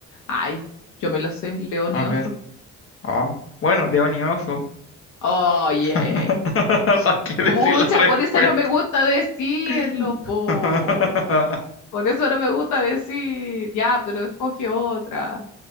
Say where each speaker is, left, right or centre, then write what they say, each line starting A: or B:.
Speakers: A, on the left; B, on the left.
A: Ay, yo me las sé, león
B: A
A: y
B: ver,
A: oso.
B: ah, bueno, león y oso.
A: Oye,
B: <laughs> ¿Para qué decir
A: pucha,
B: la respuesta?
A: por eso no me gusta decirlo,
B: <laughs>
A: po. Por eso no me gusta decir. Ya, pero escoge otra.